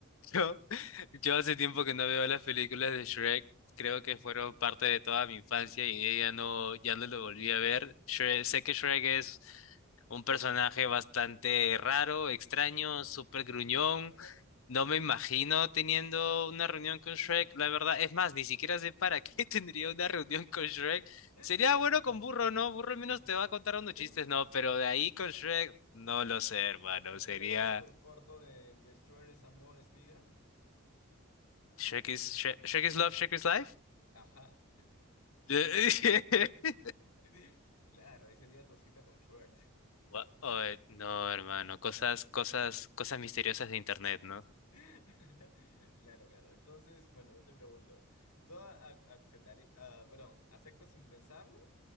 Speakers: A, on the left; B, on the left.
A: yo Yo hace tiempo que no veo las películas de Shrek, creo que fueron parte de toda mi infancia y ya no, ya no lo volví a ver. Shre- sé que Shrek es un personaje bastante raro, extraño, súper gruñón.
B: Claro.
A: No me imagino teniendo una reunión con Shrek, la verdad. Es más, ni siquiera sé para qué <laughs> tendría una reunión con Shrek.
B: <laughs>
A: Sería bueno con
B: Claro.
A: Burro, ¿no? Burro al menos te va a contar unos
B: <laughs>
A: chistes, ¿no? Pero de ahí con Shrek, no lo sé, hermano.
B: No sé
A: Sería...
B: si habrás visto el corto de, de Schwer es amor, es vida.
A: Shrek is, Shrek, Shrek is Love, Shrek is Life.
B: Ajá.
A: De- <laughs>
B: <laughs> Claro, ese día tu cita con Schwer.
A: Gua- Ay, no, hermano, cosas, cosas, cosas misteriosas de internet, ¿no?
B: <laughs> Claro, claro. Entonces, bueno, yo te pregunto, ¿tú a- aceptari- ah, perdón, aceptas sin pensarlo,